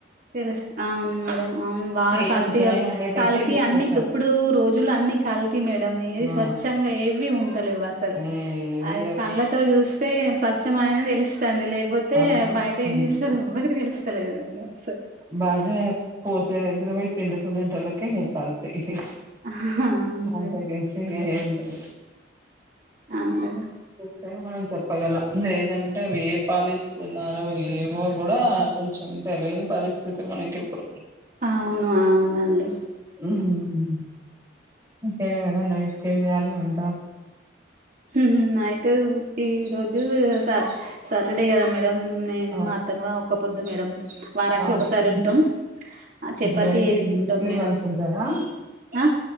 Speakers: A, on the right; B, on the right.
A: తెలుసు అవును మేడం అవును బాగా
B: సేమ్
A: కల్పి
B: అట్లనే
A: కల్
B: ఉండేటట్టే
A: కల్తీ
B: తీసుకొస్తారు.
A: అన్నికి ఇప్పుడు రోజులు అన్ని కల్తీ మేడం ఏది
B: ఆ!
A: స్వచ్ఛంగా ఏవి ఉన్ టలేవు అసలు
B: ఏవి
A: అది
B: లేవు.
A: కళ్లతో చూస్తే స్వచ్చమైన తెలుస్ స్తాంది లేకపోతే
B: అంతే.
A: బయట
B: అంతే.
A: ఏం చేస్తారు ఎవ్వరికి తెలుస్తలేదు ననుస
B: బర్రె పోసే దగ్గర పోయి పిండుకునేటోళ్ళకే తేల్వాలి
A: ఆహా! అవును
B: అంతకి
A: మేడం
B: మించి ఇంగేం ల్యా
A: ఆ మేడమ్
B: <unintelligible> మనం చెప్పగలం లేదంటే అవి ఏ పాలిస్తున్నారు ఏవో కూడా కొంచెం తెలియని పరిస్థి స్థితి మనకి ఇప్పుడు
A: అవును అవునండి
B: మ్మ్ ఇంకేం మేడం నైట్ కి ఏం చెయ్యాలి వంట
A: మ్మ్ నైట్ ఈ రోజు సా సాటర్డే కదా మేడం మ్మ్ నేను
B: ఆ!
A: మాత్రమే ఒక్కపోద్దు మేడం వారానికి
B: ఫాస్టింగ్
A: ఒకసారి ఉంటాం ఆ చపాతి
B: డైలీ
A: చేసుకుంటాం
B: వీక్లీ
A: మేడం
B: వన్స్ ఉంటారా
A: ఆ